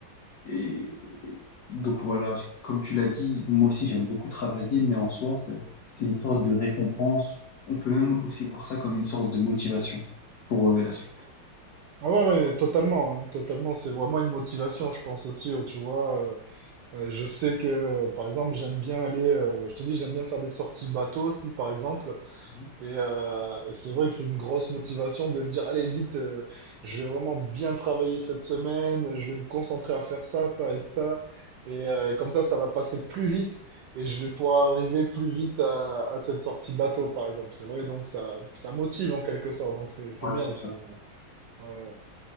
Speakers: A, on the left; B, on the right.
A: Et et donc voilà, comme tu l'as dit, moi aussi j'aime beaucoup travailler, mais en soi, c'est c'est une sorte de récompense. On peut même aussi voir ça comme une sorte de motivation pour euh, la suite.
B: Ah ouais, ouais, totalement, hein, totalement. C'est vraiment une motivation, je pense aussi, euh, tu vois. euh, euh, je sais que, euh, par exemple, j'aime bien aller, euh, je te dis, j'aime bien faire des sorties bateau aussi, par exemple.
A: Mhm.
B: Et, euh, et c'est vrai que c'est une grosse motivation de me dire, allez, vite, euh, je vais vraiment bien travailler cette semaine, je vais me concentrer à faire ça, ça et ça. Et euh, comme ça, ça va passer plus vite et je vais pouvoir arriver plus vite à, à cette sortie bateau, par exemple. C'est vrai, donc ça, ça motive en quelque sorte. Donc c'est, c'est
A: Ouais,
B: bien,
A: c'est ça.
B: ça. Ouais, ouais.